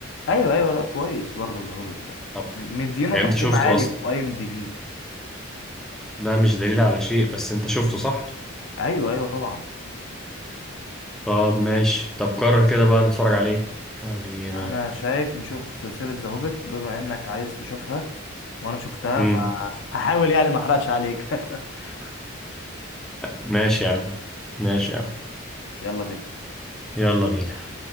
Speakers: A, on the left; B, in the centre.
A: ايوه ايوه لا كويس برضه ذا هوبت يعني
B: طب
A: م- مدينه
B: يعني
A: تقييم
B: انت شفته
A: عالي
B: اصلا
A: في اي ام دي بي
B: ده مش دليل على شيء بس انت شفته صح
A: ايوه ايوه طبعا
B: طب ماشي طب قرر كده بقى نتفرج عليه يعني
A: انا شايف نشوف سلسلة ذا هوبت بما انك عايز تشوفها وانا شفتها
B: امم
A: فهحاول يعني ما احرقش عليك <laughs>
B: ماشي يا عم ماشي يا عم
A: يلا بينا
B: يلا بينا